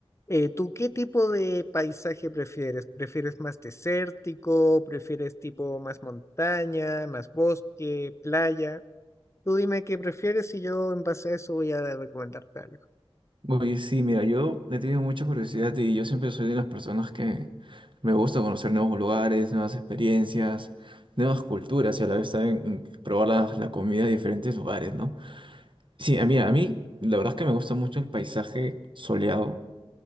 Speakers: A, on the left (about 25°); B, on the right (about 55°).
A: eh, ¿tú qué tipo de paisaje prefieres? ¿Prefieres más desértico? ¿Prefieres tipo más montaña, más bosque, playa? Tú dime qué prefieres y yo en base a eso voy a recomendarte algo.
B: Oye, sí, mira, yo he tenido mucha curiosidad y yo siempre soy de las personas que me gusta conocer nuevos lugares, nuevas experiencias, nuevas culturas y a la vez también mm, probar la, la comida de diferentes lugares, ¿no? Sí, a mí, a mí la verdad es que me gusta mucho el paisaje soleado